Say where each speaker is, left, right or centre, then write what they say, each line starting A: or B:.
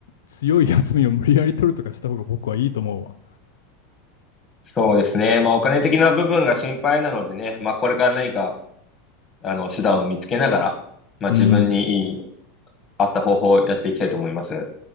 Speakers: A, on the left; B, on the left.
A: 強い休みを無理やり取るとかした方が僕はいいと思うわ。
B: そうですね。まあ、お金的な部分が心配なのでね、まあ、これから何か、あの、手段を見つけながら、まあ、
A: うん
B: 自分に合った方法をやっていきたいと思います。